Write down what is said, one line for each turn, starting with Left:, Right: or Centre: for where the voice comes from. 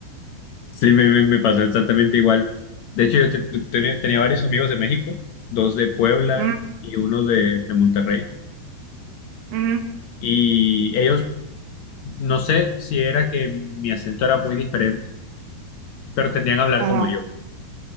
Left: Sí, me, me- me pasó exactamente igual. De hecho, yo te- te- tenía tenía varios amigos de México, dos de Puebla
Right: Mm,
Left: y uno de, de Monterrey.
Right: ujú,
Left: Y ellos, no sé si era que mi acento era muy diferente, pero tendían a hablar
Right: ujú.
Left: como yo.